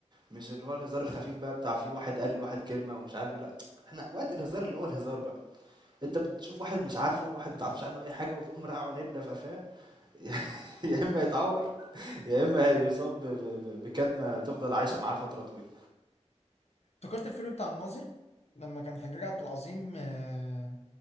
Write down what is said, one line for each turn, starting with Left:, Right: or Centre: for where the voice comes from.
Right: مش اللي هو الهزار الخفيف بقى بتاع فيه واحد قال واحد كلمه ومش عارف ايه لا احنا وقت الهزار اللي هو الهزار بقى انت بتشوف واحد مش عارفه واحد ما تعرفش عنه اي حاجه وتقوم رقعه نبله في قفاه <laughs> يا اما يتعور يا اما يصاب ب- ب- ب- بكدمه تفضل عايشه معاه لفتره طويله
Left: افتكرت الفيلم بتاع الناظر لما كان حجاج عبد العظيم آه،